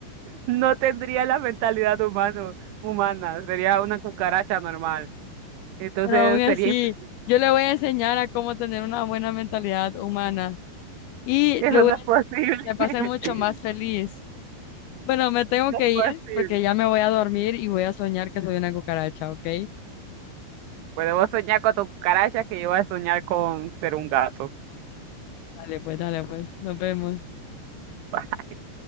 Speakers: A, on the right (about 75°); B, on the left (about 80°).
A: No tendría la mentalidad humano, humana. Sería una cucaracha normal. Entonces
B: Pero aún así,
A: sería... imp-
B: yo le voy a enseñar a cómo tener una buena mentalidad humana y
A: <laughs> Eso
B: le voy
A: no
B: a,
A: es posible.
B: le va
A: <laughs>
B: a hacer mucho más feliz. Bueno, me tengo
A: No
B: que
A: es posible.
B: ir porque ya me voy a dormir y voy a soñar que soy una cucaracha, ¿ok?
A: Pues debo soñar con tu cucaracha que yo voy a soñar con ser un gato.
B: Dale pues, dale pues. Nos vemos.
A: <laughs>